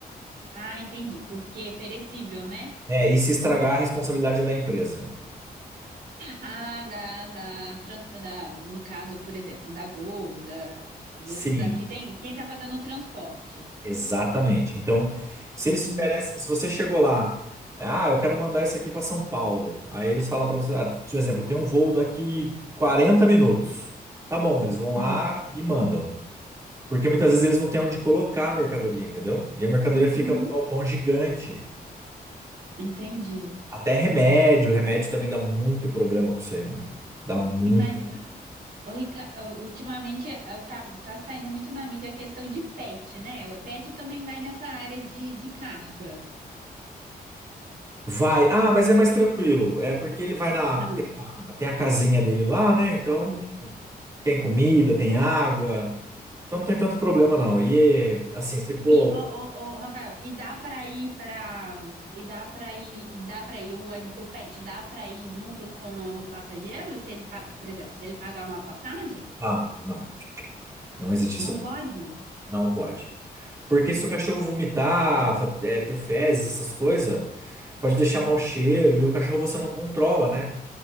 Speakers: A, on the right; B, on the right.
A: Ah, entendi. Porque é perecível, né?
B: É, e se estragar, a responsabilidade é da empresa.
A: Ah, da, da, trans- da, no caso, por exemplo, da Gol, da, do,
B: Sim,
A: da que tem, quem tá fazendo o transporte.
B: exatamente. Então, se
A: Entendi.
B: eles tiverem assim, se você chegou lá, ah, eu quero mandar isso aqui pra São Paulo. Aí eles falam pra você, ah, por exemplo, tem um voo daqui 40 minutos. Tá bom, eles vão lá
A: Hum.
B: e mandam. Porque muitas vezes eles não têm onde colocar a mercadoria, entendeu? E a mercadoria fica
A: Uhum.
B: num galpão gigante.
A: Entendi.
B: Até remédio, remédio também dá muito problema com isso aí, mano. Dá muito.
A: Imagino. Ô, Rica, ô, ultimamente eh, eu tá, tá saindo muito na mídia a questão de pet, né? O pet também vai nessa área de, de carga.
B: Vai. Ah, mas é mais tranquilo. É porque ele vai na.
A: Ah,
B: Tem, tem a casinha dele lá, né? Então,
A: tá bom.
B: tipo, tem comida, tem água. Então não tem tanto problema, não. E assim, se for.
A: E ô, ô, ô, Rafael, e dá pra ir pra. e dá para ir, e dá para ir o, ani- o pet, dá pra ir junto com o passageiro, se ele, pa- por exemplo, se ele pagar uma passagem?
B: Não, não. Não existe
A: Não
B: isso.
A: pode?
B: Não pode. Porque se o cachorro vomitar, fa- é, ter fezes, essas coisas. Pode deixar mau cheiro e o cachorro você não controla, né?